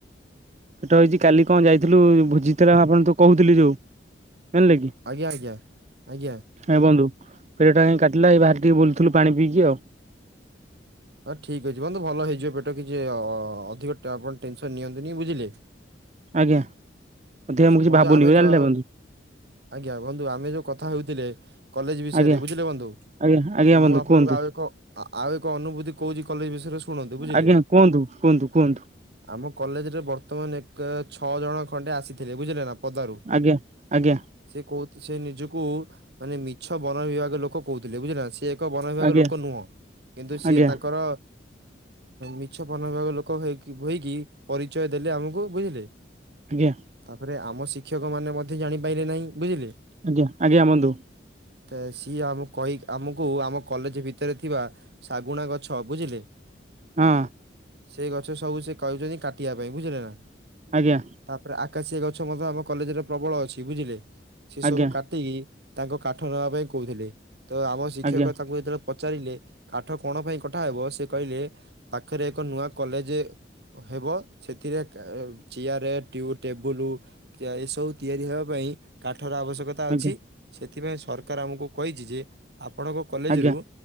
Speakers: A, on the right; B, on the right.
A: ସେଟା ହେଇଚି କାଲି କଣ ଯାଇଥିଲୁ ବୁଝିଥିଲା ଆପଣ ତୁ କହୁଥିଲି ଯୋଉ। ଜାଣିଲେ କି
B: ଆଜ୍ଞା ଆଜ୍ଞା ଆଜ୍ଞା।
A: ଏ ବନ୍ଧୁ ପେଟ ଟା କାଟିଲା ଏଇ ବାହାରେ ଟିକେ ବୁଲୁଥିଲୁ ପାଣି ପିଇକି ଆଉ।
B: ହଁ ଠିକ ଅଛି ବନ୍ଧୁ ଭଲ ହେଇଯିବ ପେଟ କିଛି ଅଧିକ ଆପଣ ଟେନସନ ନିଅନ୍ତୁନି ବୁଝିଲେ।
A: ଆଜ୍ଞା ଅଧିକା ମୁଁ କିଛି
B: ବନ୍ଧୁ
A: ଭାବୁନି
B: ଆମେ ଯୋଉ
A: ଜାଣିଲେ।
B: ଆଜ୍ଞା ବନ୍ଧୁ ଆମେ ଯୋଉ କଥା ହେଉଥିଲେ କଲେଜ ବିଷୟରେ
A: ଆଜ୍ଞା
B: ବୁଝିଲେ ବନ୍ଧୁ।
A: ଆଜ୍ଞା ଆଜ୍ଞା
B: ତ ମୁଁ
A: ବନ୍ଧୁ
B: ଆପଣଙ୍କୁ
A: କୁହନ୍ତୁ
B: ଆଉ ଏକ ଆଉ ଏକ ଅନୁଭୂତି କହୁଚି କଲେଜ ବିଷୟରେ ଶୁଣନ୍ତୁ ବୁଝିଲେ।
A: ଆଜ୍ଞା କୁହନ୍ତୁ କୁହନ୍ତୁ କୁହନ୍ତୁ
B: ଆମ କଲେଜରେ ବର୍ତ୍ତମାନ ଏକ ଛଅ ଜଣ ଖଣ୍ଡେ ଆସିଥିଲେ ବୁଝିଲେ ନା ପଦାରୁ
A: ଆଜ୍ଞା ଆଜ୍ଞା
B: ସେ କହୁଥି ସେ ନିଜକୁ ମାନେ ମିଛ ବନ ବିଭାଗ ଲୋକ କହୁଥିଲେ ବୁଝିଲେ ନା, ସେ ଏକ ବନ ବିଭାଗ
A: ଆଜ୍ଞା
B: ଲୋକ ନୁହଁ। କିନ୍ତୁ ସିଏ
A: ଆଜ୍ଞା
B: ତାଙ୍କର ମିଛ ପନ ବିଭାଗ ଲୋକ ହେ ହୋଇକି ପରିଚୟ ଦେଲେ ଆମକୁ ବୁଝିଲେ।
A: ଆଜ୍ଞା
B: ତାପରେ ଆମ ଶିକ୍ଷକ ମାନେ ମଧ୍ୟ ଜାଣିପାରିଲେ ନାହିଁ ବୁଝିଲେ।
A: ଆଜ୍ଞା ଆଜ୍ଞା ବନ୍ଧୁ।
B: ତ ସିଏ ଆମ କହି ଆମକୁ ଆମ କଲେଜ ଭିତରେ ଥିବା ଶାଗୁଣା ଗଛ ବୁଝିଲେ
A: ହଁ।
B: ସେ ଗଛ ସବୁ ସେ କାଉଛନ୍ତି କାଟିବା ପାଇଁ ବୁଝିଲେ ନା।
A: ଆଜ୍ଞା।
B: ତାପରେ ଆକାଶିଆ ଗଛ ମଧ୍ୟ ଆମ କଲେଜରେ ପ୍ରବଳ ଅଛି ବୁଝିଲେ ସେ
A: ଆଜ୍ଞା
B: ସବୁ କାଟିକି ତାଙ୍କ କାଠ ନେବା ପାଇଁ କହୁଥିଲେ ତ ଆମ ଶିକ୍ଷକ
A: ଆଜ୍ଞା
B: ତାଙ୍କୁ ଯେତେବେଳେ ପଚାରିଲେ କାଠ କଣ ପାଇଁ କଠାହବ ସେ କହିଲେ ପାଖରେ ଏକ ନୂଆ କଲେଜ ହେବ ସେଥିରେ ଚେୟାର ଟେବୁଲ ଏସବୁ ତିଆରି ହେବା ପାଇଁ ହ କା ଆବଶ୍ୟକତା
A: ଆଜ୍ଞା
B: ଅଛି ସେଥିପାଇଁ ସରକାର ଆମକୁ କହିଛି ଯେ ଆପଣଙ୍କ କଲେଜ
A: ଆଜ୍ଞା
B: ରୁ